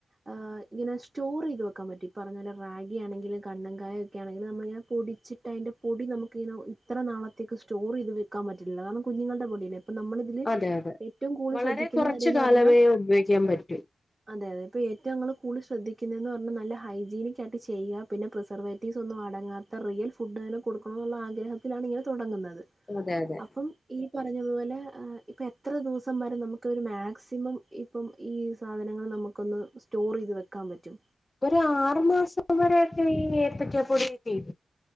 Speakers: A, on the right (about 25°); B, on the left (about 30°).
A: ഹെ ഇങ്ങന സ്റ്റോർ ഈത് വെക്കാൻ പറ്റും പറഞ്ഞ പോലെ റാഗിയാണെങ്കിലും കണങ്കായൊ ഒക്കെ ആണെങ്കി നമ്മളിങ്ങനെ പൊടിച്ചിട്ട് തിൻ്റെ പൊടി നമുക്കങ്ങനെ ഇത്ര നാളത്തേക്ക് സ്റ്റോർ ഈത് വെക്കാൻ പറ്റില്ല കാരണം കുഞ്ഞുങ്ങളുടെ പൊടിയല്ലേ നമ്മളിതില്
B: അതെ അതെ
A: ഏറ്റവും കൂടുതൽ
B: വളരെ
A: ശ്രദ്ധിക്കുന്ന
B: കുറച്ചു
A: കാര്യംന്ന്
B: കാലമേ
A: പറഞ്ഞാ
B: ഉപയോഗിക്കാൻ പറ്റൂ
A: അതെ അതെ ഇപ്പൊ ഏറ്റവും ഞങ്ങൾ കൂടുൽ ശ്രദ്ധിക്കുന്നത് പറഞ്ഞാൽ നല്ല ഹൈജീനിക് ആയിട്ട് ചെയ്യ പിന്നെ പ്രിസർവേറ്റീവ്സ് ഒന്നും അടങ്ങാത്ത റിയൽ ഫുഡ് തന്നെ കൊടുക്കണോ ന്നുള്ള ആഗ്രഹ ണ് ഇങ്ങനെ തുടങ്ങുന്നത്
B: അതെ അതെ
A: അപ്പം ഈ പറഞ്ഞതുപോലെ ഇപ്പൊ എത്ര ദിവസം വരെ നമുക്കിതിൽ ഒരു മാക്സിമം ഇപ്പം ഈ സാധനങ്ങൾ നമുക്കൊന്ന് സ്റ്റോർ ഈത് വെക്കാൻ പറ്റും
B: ഒരു ആറു മാസം വരെെയൊക്കെ ഈ ഏത്തക്കാ പൊടി ചെയ്തു